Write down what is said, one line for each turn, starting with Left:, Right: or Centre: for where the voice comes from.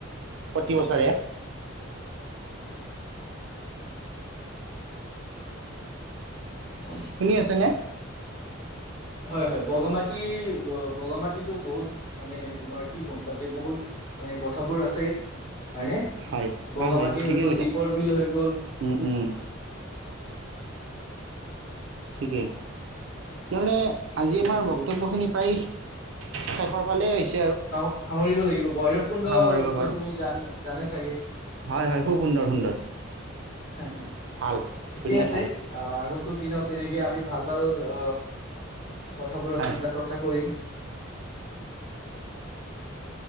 Right: প্ৰতি বছৰে।
Left: উ <inaudible>
Right: শুনি আছেনে?
Left: হয় হয় বগামাটিৰ বগা মাটিতো বহুত মানে তোমাৰ কি ক'ম, তাতে বহুত মানে কথাবোৰ আছে। হয়নে,
Right: হয় হয়
Left: বগামাটি
Right: হয় ঠিকেই
Left: হৈ গ'ল
Right: কৈছা
Left: দীপৰ বিল হৈ গ'ল।
Right: উম উম ঠিকেই, তেওঁলে। আজি আমাৰ
Left: আৰু
Right: বক্তব্যখিনি প্ৰায় চহৰ ফালে হৈছ
Left: সামৰিব লাগিব বৈৰৱ কুণ্ডটো
Right: সামৰিব পাৰোঁ
Left: তুমি জান জানাই চাগে?
Right: হয় হয় খুব সুন্দৰ সুন্দৰ
Left: হা হা
Right: ভাল
Left: হা, ঠিকে
Right: ধুনীয়া
Left: আছে,
Right: ঠাই
Left: আহ আগন্তুক দিনত এনেকে আমি ভাল ভাল অ কথাবোৰ
Right: হয়
Left: চিন্তা চৰ্চা কৰিম।